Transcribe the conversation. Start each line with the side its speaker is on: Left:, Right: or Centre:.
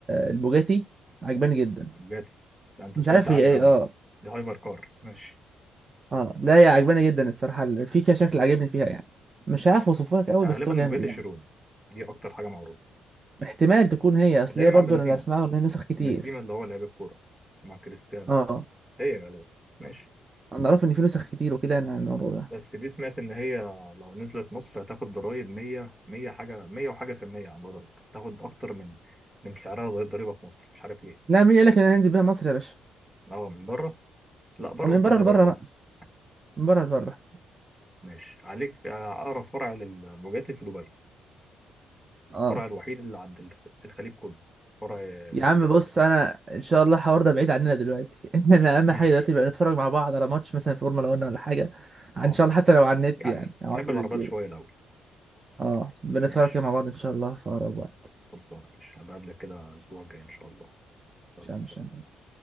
Right: البوجاتي عجباني جدا
Centre: بوجاتي ده انت
Right: مش
Centre: طلعت
Right: عارف
Centre: عالي
Right: هي ايه
Centre: قوي
Right: اه
Centre: دي هايبر كار ماشي
Right: اه لا هي عجباني جدا الصراحة ال- في كده شكل عاجبني فيها يعني مش عارف اوصفه لك قوي
Centre: يعني
Right: بس
Centre: غالبا
Right: هو
Centre: بوجاتي
Right: جامد يعني
Centre: شيرون دي اكتر حاجة معروفة
Right: احتمال تكون هي اصل
Centre: اللي هي
Right: هي
Centre: مع
Right: برضه
Centre: بنزيما
Right: انا اللي اسمعه ان هي نسخ كتير
Centre: بنزيما اللي هو لعيب الكورة ومع كريستيانو
Right: اه
Centre: هي غالبا ماشي
Right: انا اعرف ان في نسخ كتير وكده يعني عن الموضوع ده
Centre: بس دي سمعت ان هي لو نزلت مصر هتاخد ضرايب 100 100 حاجة 100 وحاجة في المية على الضرايب تاخد اكتر من من سعرها ضريبة في مصر مش عارف ليه
Right: لا مين قال لك ان انا هنزل بيها مصر يا باشا
Centre: اه من بره لا بره
Right: أو من
Centre: مفيش
Right: بره
Centre: ضرايب
Right: لبره
Centre: خالص
Right: بقى من بره لبره
Centre: ماشي عليك في أقرب فرع للبوجاتي في دبي الفرع
Right: اه
Centre: الوحيد اللي عند الخ- الخليج كله فرع آه،
Right: يا
Centre: بوجاتي
Right: عم بص انا ان شاء الله الحوار ده بعيد عننا دلوقتي <laughs> انا اهم
Centre: ماشي
Right: حاجه دلوقتي بقى نتفرج مع بعض على ماتش مثلا فورمولا 1 ولا حاجه ان
Centre: اه
Right: شاء الله حتى لو على النت
Centre: يعني
Right: يعني او
Centre: بحب
Right: على التلفزيون
Centre: العربيات شوية الأول
Right: اه بنتفرج
Centre: ماشي
Right: كده مع بعض ان شاء الله في اقرب وقت
Centre: خلصانة ماشي هبقابلك كده الأسبوع الجاي إن شاء الله خلاص
Right: مش عارف مش عارف